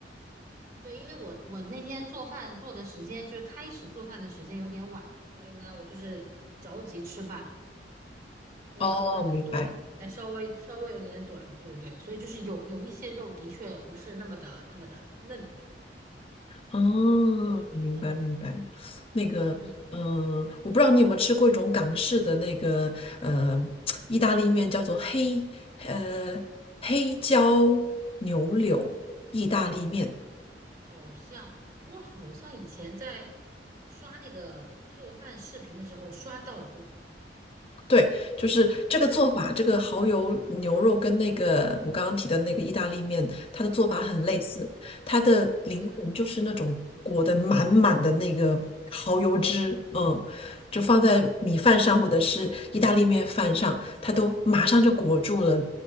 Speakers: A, on the right; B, on the left.
A: 对，因为我我那天做饭做的时间就是开始做饭的时间有点晚，所以呢，我就是着急吃饭。所以就可能炖得稍微稍微有点点短，
B: 哦，明白。
A: 对对对，所以就是有有一些肉的确不是那么的那么的嫩，
B: 哦，
A: 有一点老。
B: 明白明白。那个，
A: 嗯，
B: 嗯、我不知道你有没有吃过一种港式的那个，呃，意大利面叫做黑，呃，黑椒牛柳意大利面。
A: 好像我好像以前在刷那个做饭视频的时候刷到过，
B: 对，就是这个做法，
A: 对，
B: 这个蚝油牛肉跟那个我刚刚提的那个意大利面，它的做法很类似。
A: 嗯
B: 它的灵魂就是那种裹得满满的那个蚝油汁，
A: 嗯嗯
B: 嗯，就放在米饭上或者是意大利面饭上，它都马上就裹住了